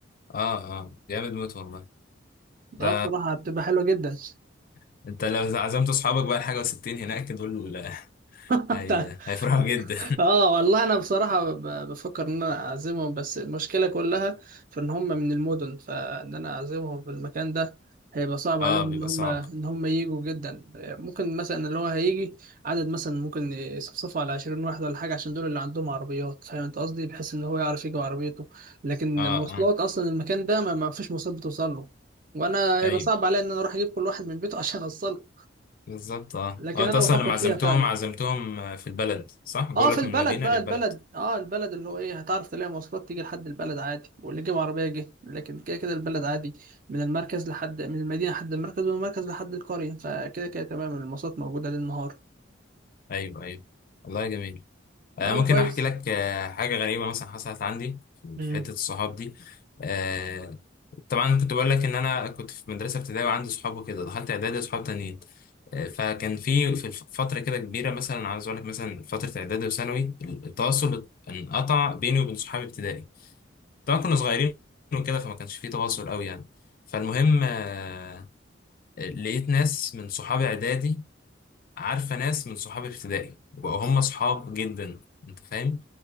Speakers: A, on the left; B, on the right.
A: اه اه جامد موت والله ده
B: اه بصراحة بتبقى حلوة جدا
A: <laughs> انت لو عزمت اصحابك بقى حاجة وستين هناك دول <laughs>
B: <laughs>
A: هي... هيفرحوا جدا
B: اه والله انا بصراحة ب- بفكر ان انا اعزمهم بس المشكلة كلها في ان هم من المدن فان انا اعزمهم في المكان ده هيبقى صعب
A: اه
B: عليهم
A: بيبقى
B: ان هم
A: صعب
B: ان هم ييجوا جدا ممكن مثلا اللي هو هيجي عدد مثلا ممكن يصفصفوا على 20 واحد ولا حاجة عشان دول اللي عندهم عربيات فاهم انت قصدي بحيث ان هو يعرف يجي بعربيته لكن
A: اه
B: مواصلات
A: اه
B: اصلا المكان ده ما ما فيش مواصلات بتوصل له وانا هيبقى
A: ايوه
B: صعب عليا ان انا اروح اجيب كل واحد من بيته <laughs> عشان اوصله
A: بالظبط اه
B: لكن
A: اه انت
B: انا
A: اصلا
B: بفكر
A: لما
B: فيها
A: عزمتهم
B: فعلا
A: عزمتهم آه، في البلد صح؟ جولك
B: اه في البلد
A: من المدينة
B: بقى
A: للبلد
B: البلد اه البلد اللي هو ايه هتعرف تلاقي مواصلات تيجي لحد البلد عادي واللي جاب عربيه جه لكن كده كده البلد عادي من المركز لحد من المدينه لحد المركز ومن المركز لحد القريه فكده كده تمام المواصلات موجوده ليل نهار
A: ايوه ايوه والله جميل آه
B: اه
A: ممكن
B: كويس
A: احكي لك آه حاجة غريبة مثلا حصلت عندي
B: امم
A: في حتة الصحاب دي آه طبعا كنت بقول لك ان انا كنت في مدرسة ابتدائي وعندي صحاب وكده دخلت اعدادي وصحاب تانيين آه، فكان في في الف- فترة كده كبيرة مثلا عايز اقول لك مثلا فترة اعدادي وثانوي التواصل انقطع بيني وبين صحابي ابتدائي طبعا كنا صغيرين وكده فما كانش فيه تواصل قوي يعني فالمهم آه، لقيت ناس من صحابي اعدادي عارفه ناس من صحابي ابتدائي وبقوا هم صحاب جدا انت فاهم